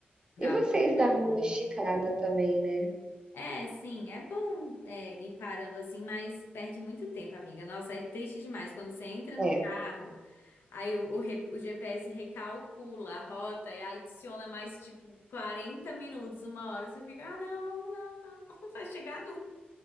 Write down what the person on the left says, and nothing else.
dava
biscoitinho.
É, sim, é bom é, ir parando assim, mas perde muito tempo, amiga. Nossa, é triste demais quando você entra no
carro, aí o, o re- o GPS recalcula a rota e aí adiciona mais tipo 40 minutos, uma hora, você fica, ah, não, não, não, <laughs> não vai chegar nunca.